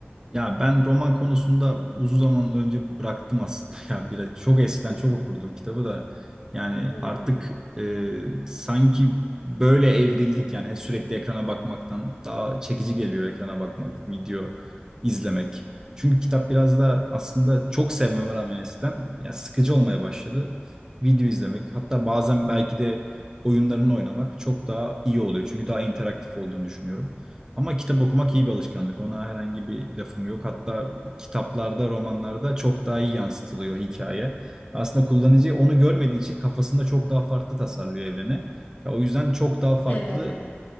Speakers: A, on the right; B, on the left.
A: Ya ben roman konusunda uzun zaman önce bıraktım aslında. <laughs> Ya biraz çok eskiden çok okurdum kitabı da. Yani
B: Hı
A: artık
B: hı.
A: e, sanki böyle evrildik yani hep sürekli ekrana bakmaktan daha çekici geliyor ekrana bakmak, video izlemek. Çünkü kitap biraz da aslında çok sevmeme rağmen eskiden ya sıkıcı olmaya başladı. Video izlemek hatta bazen belki de oyunlarını oynamak çok daha iyi oluyor. Çünkü daha interaktif olduğunu düşünüyorum. Ama kitap okumak iyi bir alışkanlık. Ona herhangi bir lafım yok. Hatta kitaplarda, romanlarda çok daha iyi yansıtılıyor hikaye. Aslında kullanıcı onu görmediği için kafasında çok daha farklı tasarlıyor evreni. Ya o yüzden çok daha farklı,
B: Evet, evet.